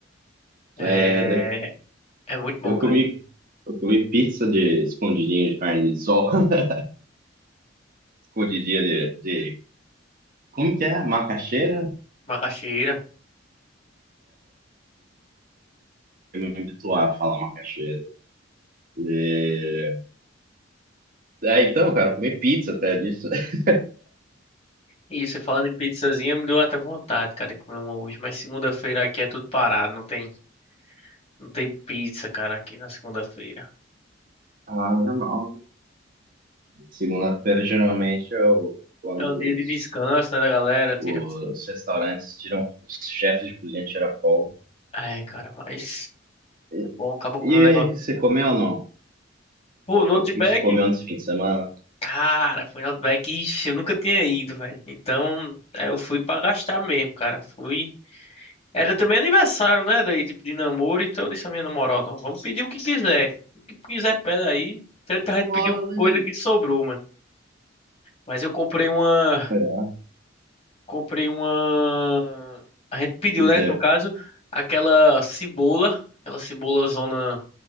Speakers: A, on the left; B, on the right.
A: É,
B: É, de-
A: é muito bom,
B: eu
A: cara.
B: comi, eu comi pizza de escondidinho de carne de sol. <laughs> Escondidinho de, de. Como que é? Macaxeira?
A: Macaxeira.
B: me habituar a falar macaxeira. É... Ah, então, cara, comer pizza até disso. <laughs>
A: E você falando em pizzazinha, me deu até vontade, cara, de comer uma hoje. Mas segunda-feira aqui é tudo parado. Não tem, não tem pizza, cara, aqui na segunda-feira.
B: Ah, normal. Segunda-feira, geralmente, eu, quando
A: É o dia de
B: os,
A: descanso, né, da galera. Tira.
B: os restaurantes tiram, os chefes de cozinha tiram folga.
A: É, cara, mas
B: E,
A: é bom, acabou comendo
B: e
A: um negocinho.
B: o que você comeu ou não?
A: Pô,
B: O
A: no Outback,
B: que você comeu nesse fim de semana?
A: cara, foi no Outback, ixi, eu nunca tinha ido, velho. Então, é, eu fui pra gastar mesmo, cara. Fui. Era também aniversário, né? Daí, tipo, de namoro. Então eu disse à minha namorada, ó, vamos pedir o que quiser. O que quiser, pede aí. Tanta gente
B: Logo,
A: pediu
B: beleza.
A: coisa que sobrou, mano. Mas eu comprei uma.
B: É,
A: Comprei uma. A gente pediu,
B: O
A: né?
B: que é?
A: No caso, aquela cebola. Aquela cebola zona.